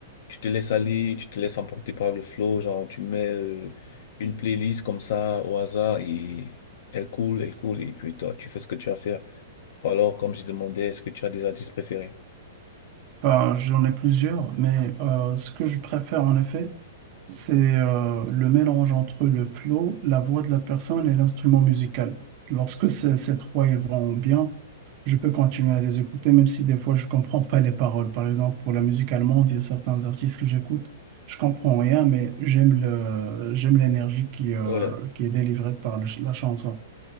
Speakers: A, on the left; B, on the right.
A: tu te laisses aller, tu te laisses emporter par le flow, genre tu mets euh, une playlist comme ça au hasard et elle coule, elle coule et puis toi tu fais ce que tu as à faire. Ou alors comme je demandais, est-ce que tu as des artistes préférés?
B: Bah, j'en ai plusieurs, mais euh, ce que je préfère en effet, c'est euh, le mélange entre le flow, la voix de la personne et l'instrument musical. Lorsque ces, ces trois ils vont bien, je peux continuer à les écouter, même si des fois je comprends pas les paroles. Par exemple, pour la musique allemande, il y a certains artistes que j'écoute, je comprends rien, mais j'aime le, j'aime l'énergie qui, euh,
A: Ouais,
B: qui est délivrée par le ch- la chanson.